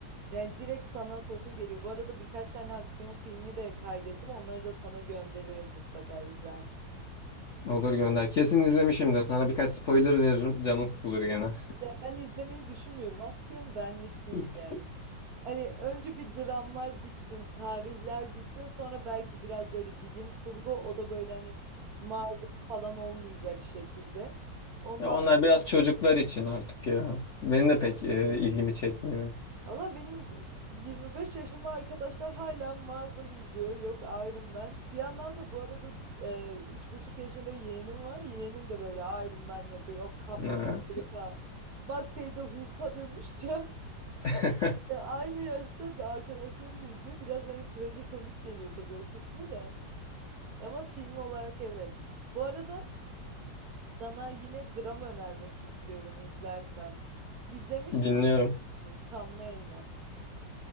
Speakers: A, on the right; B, on the left.
A: Yani direkt sana atasım geliyor. Bu arada birkaç tane aksiyon filmi de kaydettim. Onları da sana gönderirim mutlaka izlersin.
B: Olur gönder. Kesin izlemişimdir. Sana birkaç spoiler veririm. Canın sıkılır gene.
A: Ya ben izlemeyi düşünmüyorum. Aksiyon benlik değil
B: <laughs>
A: yani. Hani önce bir dramlar bitsin, tarihler bitsin, sonra belki biraz böyle bilim kurgu o da böyle hani Marvel falan olmayacak şekilde. Ondan
B: Ya onlar biraz çocuklar için artık ya. Benim de pek e, ilgimi çekmiyor.
A: Valla benim 25 yaşında arkadaşlar hala Marvel izliyor. Yok Iron Man. Bir yandan da bu arada e, üç buçuk yaşında yeğenim var. Yeğenim de böyle Iron Man yapıyor. Yok Kaptan
B: Ha.
A: Amerika. Bak teyze Hulk'a dönüşeceğim. <laughs>
B: <laughs>
A: E, Aynı yaşta da arkadaşlarım da izliyor. Biraz hani trajikomik geliyor tabii o kısmı da. Ama film olarak evet. Bu arada sana yine dram önermek istiyorum izlersen. İzlemiş
B: Dinliyorum.
A: de olabilirsin. Kanlı Elmas.